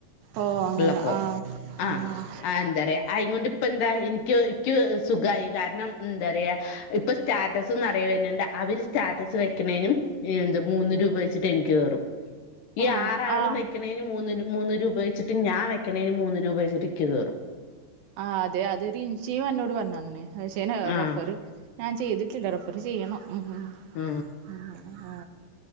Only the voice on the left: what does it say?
ഉള്ളപ്പോൊ
ആഹ
ആ എന്താ പറയാ..... അയകൊണ്ട്പ്പ എന്താ എനിക്ക്ക്ക് സുഖമായി കാരണം എന്താ പറയാ ഇപ്പൊ സ്റ്റാർ... ത്ത്ന്നറിയവര്ണ് ണ്ട് അവര് സ്റ്റാറ്റസ് വെക്ക്ണേനും ഈന്ത് മൂന്ന് രൂപ വെച്ചിട്ട് എൻക്ക് കേറും ഈ
ആറാളും
വെക്കണേയ്ന് മൂന്ന് മൂന്ന് രൂപ വെച്ചിട്ടും ഞാൻ വെക്കണേയ്ന് മൂന്ന് രൂപ വെച്ചിട്ട്ക്ക് ഇക്ക് കേറും
ആഹ്
ഉം